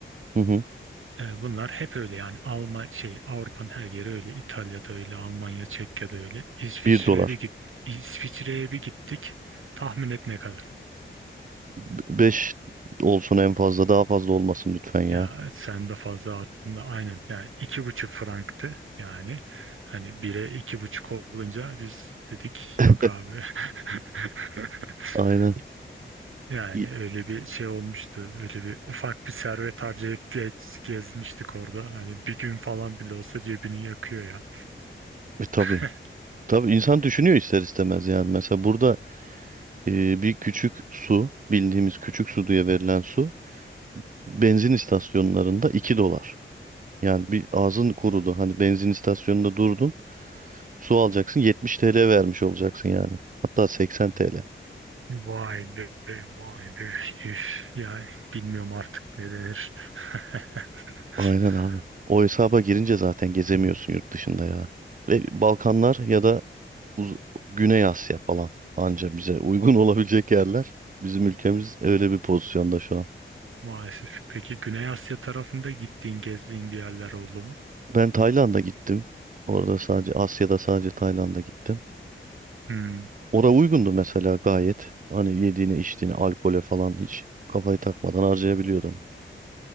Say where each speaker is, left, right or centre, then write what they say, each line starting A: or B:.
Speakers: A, on the right; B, on the right.
A: hı hı.
B: E, bunlar hep öyle yani Alman şey Avrupa'nın her yeri öyle. İtalya'da öyle, Almanya, Çekya'da öyle. İsviçre'ye
A: Bir dolar.
B: bir git İsviçre'ye bir gittik. Tahmin et ne kadar?
A: Be- Beş olsun en fazla. Daha fazla olmasın lütfen ya.
B: Ya sen de fazla aklında aynen yani iki buçuk franktı yani hani bire iki buçuk olunca biz dedik
A: <laughs>
B: yok abi <laughs>
A: Aynen.
B: yani
A: İ-
B: öyle bir şey olmuştu öyle bir ufak bir servet harcayıp gez- gezmiştik orada hani bir gün falan bile olsa cebini yakıyor ya
A: E, tabii.
B: <laughs>
A: Tabii insan düşünüyor ister istemez yani. Mesela burada e, bir küçük su, bildiğimiz küçük su diye verilen su benzin istasyonlarında 2 dolar. Yani bir ağzın kurudu. Hani benzin istasyonunda durdun, su alacaksın 70 TL vermiş olacaksın yani. Hatta 80 TL.
B: Vay be, vay be. Üf, yani bilmiyorum artık ne denir. <laughs>
A: Aynen abi. O hesaba girince zaten gezemiyorsun yurt dışında ya. Ve Balkanlar ya da Uz- Güney Asya falan anca bize uygun <laughs> olabilecek yerler. Bizim ülkemiz öyle bir pozisyonda şu an.
B: Maalesef. Peki Güney Asya tarafında gittiğin, gezdiğin bir yerler oldu mu?
A: Ben Tayland'a gittim. Orada sadece Asya'da sadece Tayland'a gittim.
B: Hmm.
A: Ora uygundu mesela gayet. Hani yediğine içtiğine alkole falan hiç kafayı takmadan harcayabiliyordun.